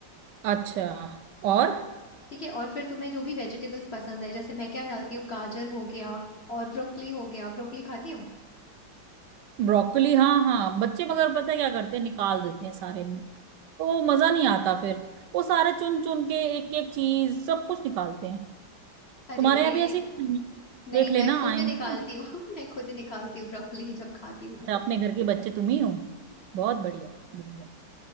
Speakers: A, on the right; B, on the left.
A: अच्छा और
B: ठीक है और फिर तुम्हें जो भी वेजिटेबल्स पसंद है जैसे मैं क्या डालती हूँ गाजर हो गया और ब्रोकली हो गया ब्रोकली खाती हो
A: ब्रोकली हाँ हाँ बच्चे मगर पता है क्या करते हैं निकाल देते हैं सारे तो वो मजा नहीं आता फिर वो सारे चुन चुन के एक एक चीज सब कुछ निकालते हैं
B: अरे
A: तुम्हारे यहाँ
B: रे
A: भी ऐसे ही नहीं है?
B: नहीं
A: देख लेना
B: मैं खुद
A: आएंगे
B: निकालती
A: ना
B: हूँ <laughs> मैं खुद निकालती हूँ ब्रोकली जब खाती हूँ
A: अच्छा
B: तब
A: अपने घर के बच्चे तुम ही हो बहुत बढ़िया बहुत बढ़िया।